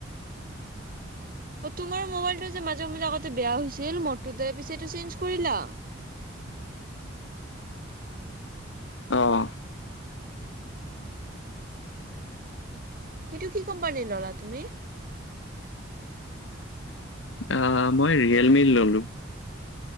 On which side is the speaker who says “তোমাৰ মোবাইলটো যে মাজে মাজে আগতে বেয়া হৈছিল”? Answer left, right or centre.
Right